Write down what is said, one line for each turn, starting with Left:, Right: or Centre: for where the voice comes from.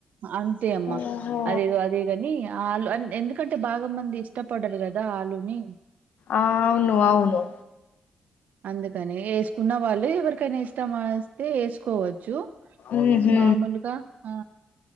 Right: అంతే అమ్మ
Left: ఓహో
Right: అదేదో అదే ని ఆలు ఎందుకంటే బాగా మంది ఇష్టపడ్డారు కదా ఆలుని
Left: ఆ అవును అవును
Right: అందుకని వేసుకున్న వాళ్ళు ఎవరికైనా ఇష్టం వస్తే వేసుకోవచ్చు
Left: ఉ హు
Right: మామూలుగా ఆ